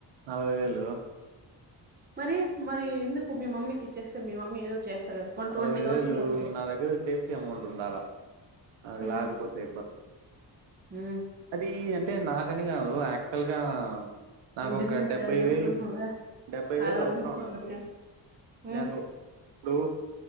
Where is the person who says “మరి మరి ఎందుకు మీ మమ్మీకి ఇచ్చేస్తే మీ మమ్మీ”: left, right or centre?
Right